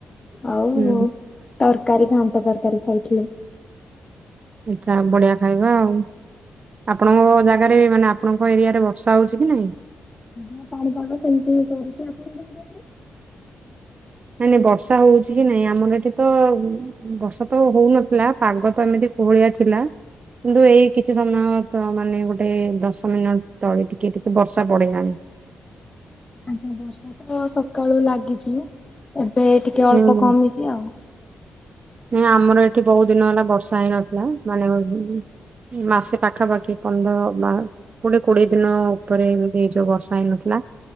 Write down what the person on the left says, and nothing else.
ଆଉ
ତରକାରୀ ଘାଣ୍ଟ ତରକାରୀ ଖାଇଥିଲି।
ହଁ ପାଣିପାଗ ତ ସେମତି ହି କରୁଛି ଆପଣ <inaudible>
ଆଜ୍ଞା ବର୍ଷା ତ ସକାଳୁ ଲାଗିଚି ଏବେ ଟିକେ
ଅଳ୍ପ କମିଚି ଆଉ।